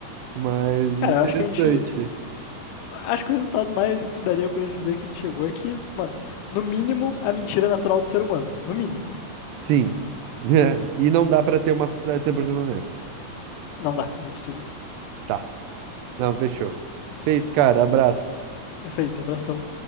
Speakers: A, on the right (about 80°); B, on the left (about 75°).
A: Mas muito
B: Cara, acho
A: interessante.
B: que a gente. Acho que o resultado mais que daria pra gente dizer que a gente chegou é que, mano, no mínimo, a mentira é natural do ser humano. No mínimo.
A: Sim. <laughs> É, E não dá pra ter uma sociedade 100% honesta.
B: Não dá, é impossível.
A: Tá. Não, fechou. Feito, cara. Abraço.
B: Perfeito, abração.